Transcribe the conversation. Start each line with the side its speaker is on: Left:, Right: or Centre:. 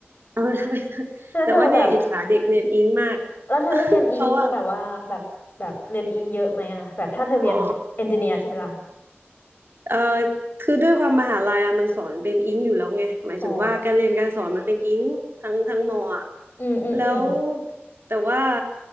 Right: เอาละไป
Left: <laughs> แล้วเธอแบบ
Right: แต่ว่าเนี่ยอิจฉาเด็กเรียนอิงมาก
Left: แล้วเธอได้เรียนอิงแบบว่าแบบแบบเรียนอิงเยอะไหมอ่ะแบบถ้าเธอเรียนเอนจิเนียร์ใช่ไหมล่ะ
Right: <laughs> เพราะว่าอ๋อ เอ่อคือด้วยความมหาลัยอะมันสอนเป็นอิงอยู่แล้วไงหมายถึงว่าการเรียนการสอนมันเป็นอิงทั้งทั้งมออะ
Left: อ๋ออืมอืมอืม
Right: แล้วแต่ว่า